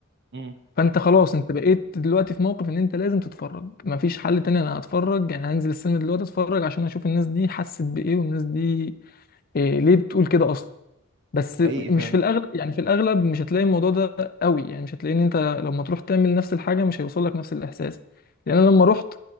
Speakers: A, on the right; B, on the left.
A: امم
B: فانت خلاص انت بقيت دلوقتي في موقف ان انت لازم تتفرج مفيش حل تاني انا هتفرج يعني هنزل السينما دلوقتي اتفرج عشان اشوف الناس دي حست بايه والناس دي إيه ليه بتقول كده اصلا بس
A: حقيقي فعلا
B: مش في الاغلب يعني في الاغلب مش هتلاقي الموضوع ده قوي يعني مش هتلاقي ان انت لما تروح تعمل نفس الحاجه مش هيوصل لك نفس الاحساس لان انا لما رحت